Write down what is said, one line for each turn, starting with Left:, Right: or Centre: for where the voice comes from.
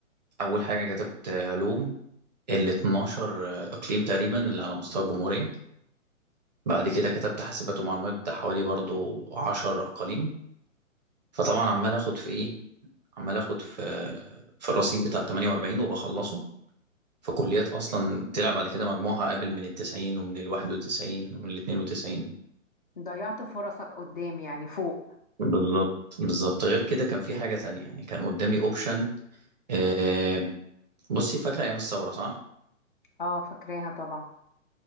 Right: أول حاجة كتبت علوم ال 12 إقليم تقريبا اللي على مستوى الجمهورية بعد كده كتبت حاسبات ومعلومات بتاع حوالي برضو 10 أقاليم فطبعا عمال اخد في ايه عمال اخد في في الرصيد بتاع 48 وبخلصه في كليات اصلا طلع بعد كده مجموعها قابل من ال 90 ومن ال 91 ومن ال 92
Left: ضيعت فرصك قدام يعني فوق
Right: بالظبط بالظبط غير كده كان في حاجة تانية يعني كان قدامي اوبشن آه بصي فاكرة ايام الثورة صح؟
Left: اه فاكراها طبعا